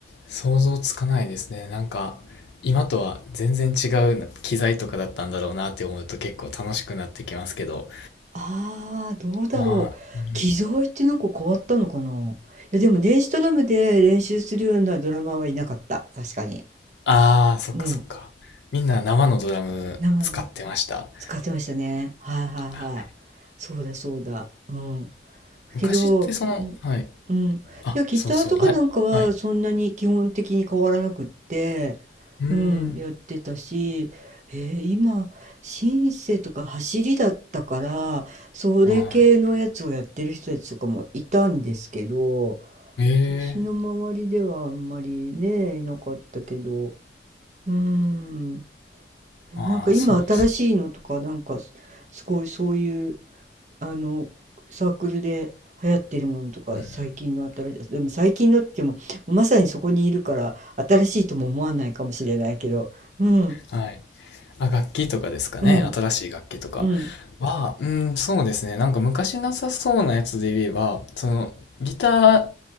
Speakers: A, on the left; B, on the right.
A: 想像つかないですね。なんか今とは全然違う機材とかだったんだろうなって思うと結構楽しくなってきますけど。
B: ああ、どうだろう。
A: まあ、うん。
B: 機材ってなんか変わったのかな。いや、でも電子ドラムで練習するようなドラマーはいなかった。確かに。
A: ああ、そっかそっか。
B: うん。
A: みんな生のドラム使ってました。
B: 生の使ってましたね。はいはいはい。
A: あ
B: そうだそうだ。うん。
A: 昔ってその、
B: けど、うん、
A: はい。
B: うん。
A: あ、
B: いや、ギターとかなんかはそんなに基本的に変わらなくって、
A: そうそう、ライ、はい。うーん、
B: うん、やってたし、えー今、シンセとか走りだったから、それ系のやつをやってる人たちとかもいたんですけど、
A: はい。え
B: 私の周りではあんまりね、
A: え、
B: いなかったけど、うん、
A: まあ、
B: なんか今新しいのとか、
A: そうです。
B: なんかすすごいそういう、あのサークルで流行ってるものとか最近の新しいでも最近のって言ってもまさにそこにいるから新しいとも思わないかもしれないけどうん
A: うん。はい。あ、楽器とかですかね。
B: うん
A: 新しい楽器とか
B: うん
A: は、うん、そうですね。なんか昔なさそうなやつで言えば、その、ギター